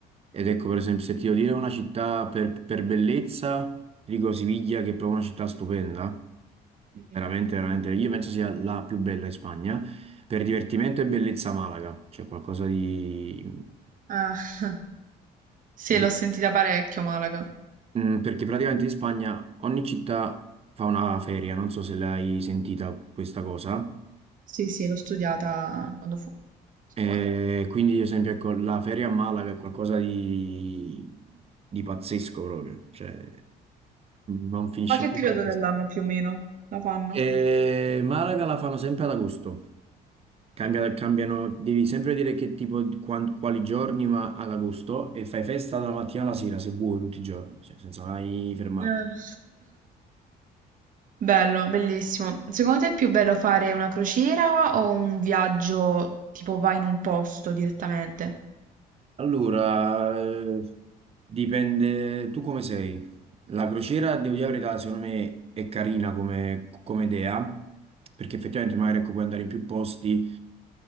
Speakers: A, on the right; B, on the right.
A: Ed ecco, per esempio, se ti devo dire una città per, per bellezza, ti dico Siviglia, che è proprio una città stupenda,
B: Mm.
A: veramente, veramente, io penso sia la più bella in Spagna. Per divertimento e bellezza Malaga, c'è qualcosa di...
B: Ah, <laughs> sì,
A: Mm,
B: l'ho sentita parecchio Malaga.
A: mm, perché praticamente in Spagna ogni città fa una feria, non so se l'hai sentita questa cosa.
B: Sì, sì, l'ho studiata quando fu a scuola.
A: E quindi, ad esempio, ecco, la feria a Malaga è qualcosa di, di pazzesco proprio, cioè non finisce
B: Ma che
A: mai di
B: periodo
A: fare festa.
B: dell'anno più o meno la fanno?
A: E Malaga la fanno sempre ad agosto, Cambia-
B: Mm.
A: cambiano, devi sempre dire che tipo, quan- quali giorni, ma ad agosto e fai festa dalla mattina alla sera se vuoi tutti i giorni, cioè, senza mai fermarti.
B: Eh. <laughs> Bello, bellissimo. Secondo te è più bello fare una crociera o un viaggio tipo vai in un posto direttamente?
A: Allora, eh, dipende tu come sei. La crociera, devo dire la verità, secondo me è carina come, come idea, perché effettivamente magari ecco, puoi andare in più posti,